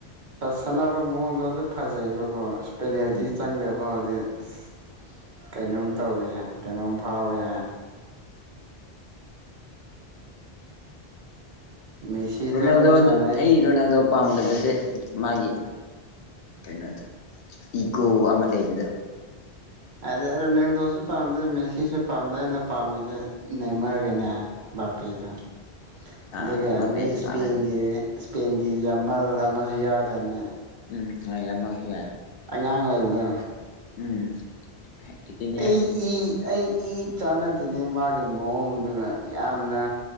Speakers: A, on the right (about 50°); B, on the left (about 65°).
A: ꯁꯅꯥ ꯑ ꯃꯉꯣꯟꯗꯣ ꯑꯗꯨꯝ ꯐꯖꯩꯌꯦꯕꯀꯣ ꯑ ꯄꯦꯅꯦꯜꯇꯤ
B: ꯎꯝ
A: ꯆꯪꯗ꯭ꯔꯕ ꯐꯥꯎꯔꯗꯤ <unintelligible> ꯀꯩꯅꯣꯝ ꯇꯧꯏ ꯍꯥꯏ ꯀꯩꯅꯣꯝ ꯐꯥꯎꯏ ꯍꯥꯏ ꯃꯦꯁꯤꯁꯨ
B: ꯎ ꯅ
A: ꯑꯗꯨꯝ
B: ꯎꯗꯣ
A: ꯁꯥꯟꯅꯩ
B: ꯑꯩꯅꯗꯣ ꯄꯥꯝꯗꯕ ꯁꯦ ꯃꯥꯒꯤ ꯀꯩꯅꯣꯗ ꯏꯒꯣ ꯑꯃ ꯂꯩꯕꯗ
A: ꯑꯗ ꯔꯅꯦꯝ ꯗꯣꯥꯎ ꯄꯥꯝꯗꯩ ꯃꯦꯁꯤꯁꯨ ꯄꯥꯝꯗꯩ ꯑꯩꯅ ꯄꯥꯝꯃꯤꯁꯦ ꯅꯦꯝꯃꯔꯒꯅꯦ ꯕꯥꯄꯦꯗꯣ
B: ꯑꯥ
A: ꯑꯗꯨꯒ
B: ꯕꯥꯄꯦꯁꯨ
A: ꯃꯣꯏ ꯏꯁꯄꯦꯟꯒꯤ
B: ꯄꯥꯝꯃꯦ ꯎꯝ
A: ꯏꯁꯄꯦꯟꯒꯤ ꯌꯥꯝꯃꯜ ꯑꯃꯁꯨ ꯌꯥꯎꯋꯗꯅꯦ
B: ꯎꯝ ꯍꯃꯁꯨ ꯌꯥꯏ
A: ꯑꯉꯥꯡ ꯑꯣꯏꯕꯗꯣ
B: ꯎꯝ ꯑꯩꯠꯇꯤꯟ ꯌꯔꯁ
A: ꯑꯩ ꯏ ꯑꯩ ꯏ ꯆꯥꯟꯅꯗꯅꯦ ꯃꯥꯒꯤ ꯃꯑꯣꯡꯗꯨꯒ ꯌꯥꯝꯅ